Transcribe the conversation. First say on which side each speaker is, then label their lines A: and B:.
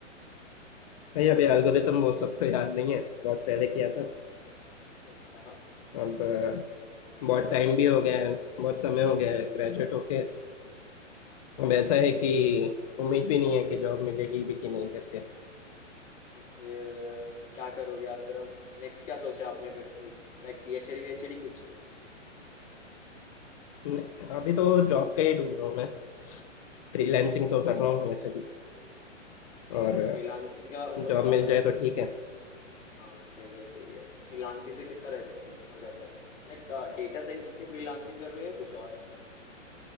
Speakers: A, on the left; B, on the left.
A: नहीं अभी एल्गोरिदम वो सब तो याद नहीं है बहुत पहले किया था
B: <laughs> अच्छा
A: अब अ,
B: ओके समझ
A: बहुत
B: गया
A: टाइम भी हो गया है बहुत समय हो गया है ग्रेजुएट होके अब ऐसा है कि उम्मीद भी नहीं है कि जॉब मिलेगी भी कि नहीं करके
B: तो फिर फिर क्या करोगे आप फिर अब नेक्स्ट क्या सोचा आपने फिर कि लाइक पीएचडी वीएचडी कुछ
A: न- अभी तो जॉब का ही ढूंढ रहा हूँ मैं फ्रीलैंसिंग तो कर रहा हूँ वैसे भी
B: अच्छा
A: और
B: अच्छा फ्रीलांसिंग का मतलब
A: जॉब
B: अ,
A: मिल जाए तो ठीक है
B: हाँ सही है सही है फ्रीलांसिंग से कितना रह, हो जाता है लाइक डेटा साइंस के फ्रीलांसिंग कर रहे हो या कुछ और